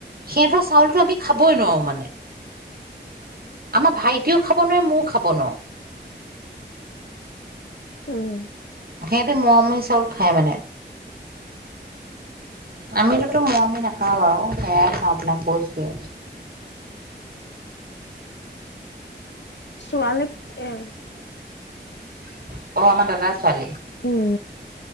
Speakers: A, on the right; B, on the left.
A: সিহতৰ চাউলতো আমি খাবই নোৱাৰো মানে আমাৰ ভাইটিও খাব নোৱাৰে মই ও খাব নোৱাৰো।
B: উম।
A: সিহতে মৰমি চাউল খায় মানে। আমিততো মৰমি না হা ব সেয়া আপোনাক কৈছোৱে
B: ছোৱালী এ
A: <inaudible> অহ ' আমাৰ দাদাৰ ছোৱালী।
B: উম